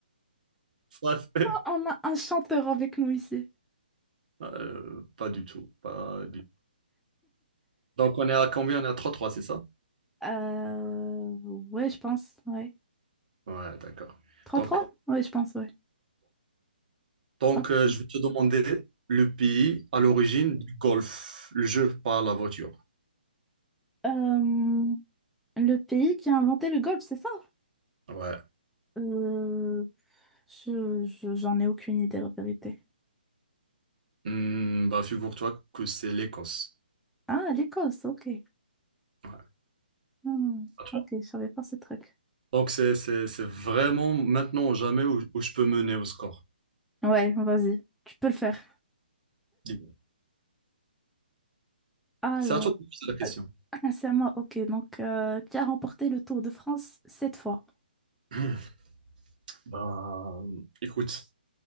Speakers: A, on the right (about 55°); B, in the centre.
A: Ça, c'est-
B: On a un chanteur avec nous ici.
A: Euh, pas du tout, pas du- Donc on est à combien? On est à trois trois, c'est ça?
B: Euh, ouais, je pense. Ouais.
A: Ouais, d'accord.
B: 3
A: Donc,
B: trois Oui, je pense, oui.
A: Donc,
B: Ok.
A: euh, je vais te demander le pays à l'origine du golf, le jeu par la voiture.
B: Euh, le pays qui a inventé le golf, c'est ça?
A: Ouais.
B: Euh, je, je- j'en ai aucune idée, la vérité.
A: Hmm, bah, figure-toi que c'est l'Écosse.
B: Ah, l'Écosse, ok.
A: Ouais.
B: Hmm,
A: À toi.
B: ok, je savais pas ce truc.
A: Donc, c'est c'est- c'est vraiment maintenant ou jamais où, où je peux mener au score.
B: Ouais, vas-y, tu peux le faire.
A: Dis-moi.
B: Alors,
A: C'est à toi de me poser la question.
B: <laughs> ah, c'est à moi, ok. Donc, euh, qui a remporté le Tour de France cette fois?
A: <clears throat> Bah, écoute,